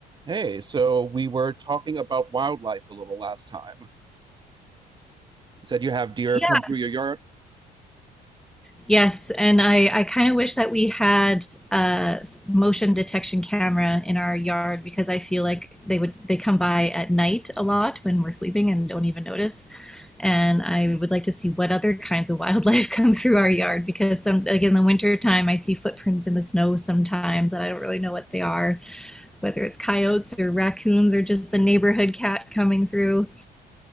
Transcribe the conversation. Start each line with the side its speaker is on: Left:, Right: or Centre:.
Right: Hey, so we were talking about wildlife a little last time. You said you have deer
Centre: Yeah.
Right: come through your yard.
Centre: Yes, and I, I kind of wish that we had a motion detection camera in our yard because I feel like they would they come by at night a lot when we're sleeping and don't even notice. And I would like to see what other kinds of <laughs> wildlife come through our yard because some like in the winter time I see footprints in the snow sometimes and I don't really know what they are, whether it's coyotes or raccoons or just the neighborhood cat coming through.